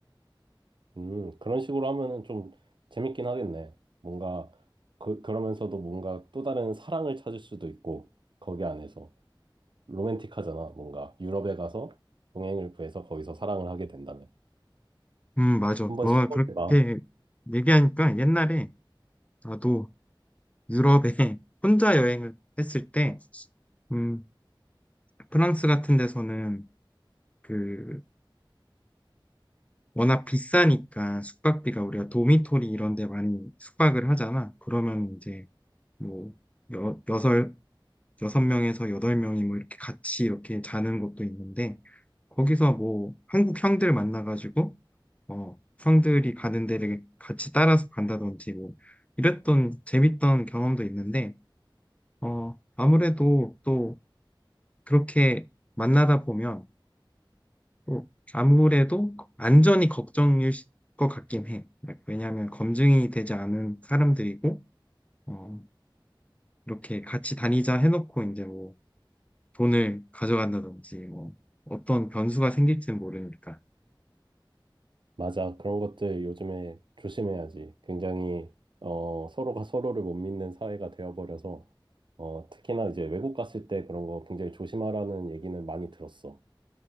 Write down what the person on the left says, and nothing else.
음, 맞아.
너가
그렇게 얘기하니까 옛날에 나도 유럽에 <laughs> 혼자 여행을 했을 때, 음, 프랑스 같은 데서는 그 워낙 비싸니까 숙박비가 우리가 도미토리 이런 데 많이 숙박을 하잖아. 그러면 이제 뭐 여, 여섯, 여섯 명에서 여덟 명이 뭐 이렇게 같이 이렇게 자는 것도 있는데 거기서 뭐 한국 형들 만나가지고 어, 형들이 가는 데를 같이 따라서 간다든지 뭐 이랬던 재밌던 경험도 있는데 어, 아무래도 또 그렇게 만나다 보면 또 아무래도 안전이 걱정일 시- 것 같긴 해. Like, 왜냐하면 검증이 되지 않은 사람들이고, 어, 이렇게 같이 다니자 해놓고 이제 뭐 돈을 가져간다든지 뭐 어떤 변수가 생길지는 모르니까.